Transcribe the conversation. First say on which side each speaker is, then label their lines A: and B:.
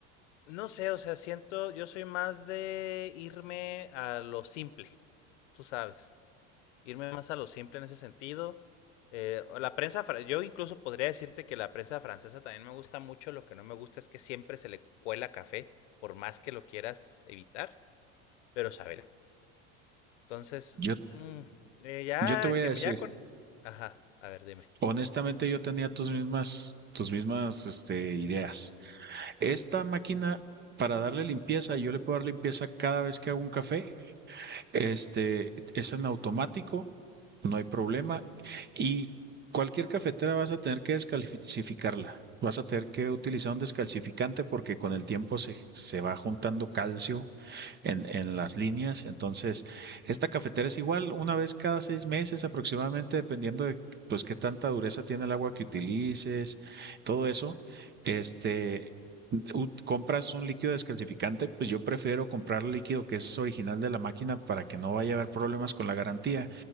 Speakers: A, on the left (about 85°); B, on the right (about 30°).
A: no sé, o sea, siento, yo soy más de irme a lo simple, tú sabes irme más a lo simple en ese sentido. Eh, la prensa, yo incluso podría decirte que la prensa francesa también me gusta mucho. Lo que no me gusta es que siempre se le cuela café, por más que lo quieras evitar, pero sabe. Entonces,
B: yo
A: mm, eh, ya
B: yo te voy
A: que
B: a decir,
A: me ya con. Ajá, a ver, dime.
B: honestamente yo tenía tus mismas tus mismas este, ideas. Esta máquina para darle limpieza, yo le puedo dar limpieza cada vez que hago un café. Este es en automático No hay problema. Y cualquier cafetera vas a tener que descalcificarla. Vas a tener que utilizar un descalcificante porque con el tiempo se, se va juntando calcio en, en las líneas. Entonces, esta cafetera es igual una vez cada seis meses aproximadamente, dependiendo de pues qué tanta dureza tiene el agua que utilices, todo eso. Este, u- compras un líquido descalcificante, pues yo prefiero comprar el líquido que es original de la máquina para que no vaya a haber problemas con la garantía